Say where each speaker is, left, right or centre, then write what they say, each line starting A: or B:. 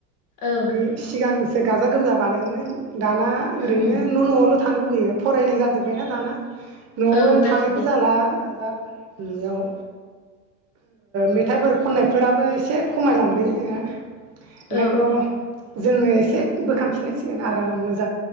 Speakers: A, on the left; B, on the right.
A: ओं
B: गो सिगां सो गाजा गोमजा बानायोमोन। दाना
A: उम
B: ओरैनो
A: उम
B: न' न'आवल' थानो लुगैयो फरायनाय जाजोब्बायना दाना न'आवबो
A: औ गासिबो
B: थानायबो जाला द <unintelligible> बेयाव मेथाइफोर खननायफोराबो एसे खमायलांबाय <unintelligible> ओंखायथ'
A: औ
B: जोंनो एसे बोखांफिननांसिगोन आराम मोज